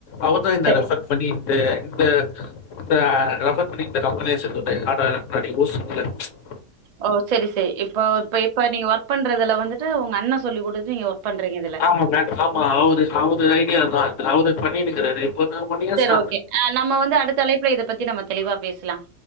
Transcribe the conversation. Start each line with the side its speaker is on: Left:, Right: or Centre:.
Left: அவர்தா என்ன
Right: சரி
Left: ரெஃபர் பண்ணி இந்த இந்த இந்த ரெஃபர் பண்ணி இந்த கம்பெனியே சேத்துவுட்டா <unintelligible>
Right: ஓ செரி செரி இப்போ இப்ப இப்ப நீ ஒர்க் பண்றதுல வந்துட்டு உங்க அண்ண சொல்லி குடுத்து நீங்க ஒர்க் பண்றீங்க இதுல
Left: ஆமா மேம். ஆமா அவரு அவரு ஐடியா தா அவரு பண்ணின்னுருக்குறாரு இப்போ நான் ஒன் இயர்ஸா
Right: சேர் ஓகே ஆ நம்ம வந்து அடுத்த அழைப்புல இத பத்தி நம்ம தெளிவா பேசலா